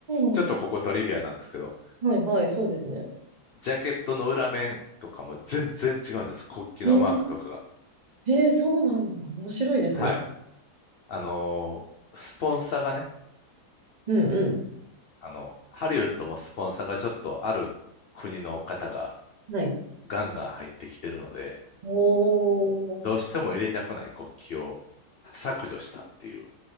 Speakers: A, on the right (about 40°); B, on the left (about 70°).
A: なんです
B: ちょっとここトリビアなんですけど、
A: はいはい、そうですね。
B: ジャケットの裏面とかも全然違うんです。国旗のマークとかが。
A: えー、えーそうなんだ。面白いですね。
B: はい。あのースポンサーがね、
A: うんう
B: あの、ハリウッドもスポンサーがちょっとある国の方が
A: ん。はい。
B: ガンガン入ってきてるので、
A: おー、
B: どうしても入れたくない国旗を削除したっていう。